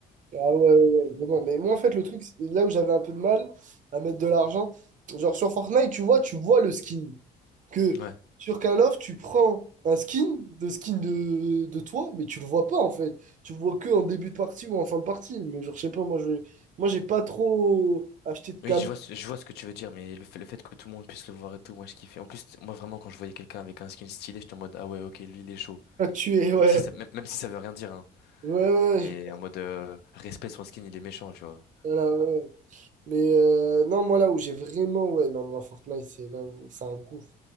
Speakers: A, on the right; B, on the left.
A: Ah ouais, ouais, ouais. Mais bon, mais moi, en fait, le truc, c'est- là où j'avais un peu de mal à mettre de l'argent, genre sur Fortnite, tu vois, tu vois le skin. que
B: Ouais.
A: sur Call of, tu prends un skin, de skin de, de toi, mais tu le vois pas en fait. Tu le vois que en début de partie ou en fin de partie. Mais genre, je sais pas, moi, je, moi, j'ai pas trop acheté de
B: Oui,
A: cam
B: je vois, ce- je vois ce que tu veux dire, mais le fait, le fait que tout le monde puisse le voir et tout, moi je kiffais. En plus, moi vraiment, quand je voyais quelqu'un avec un skin stylé, j'étais en mode, ah ouais, ok, lui il est chaud.
A: <laughs> à tuer, ouais.
B: Même si ça, même, même si ça veut rien dire, hein.
A: Ouais, ouais,
B: Mais
A: ouais, je-
B: en mode, euh, respect son skin, il est méchant, tu vois.
A: voilà, ouais. ouais. Mais euh, non, moi, là où j'ai vraiment, ouais, non, moi, Fortnite, c'est là où c'est un gouffre.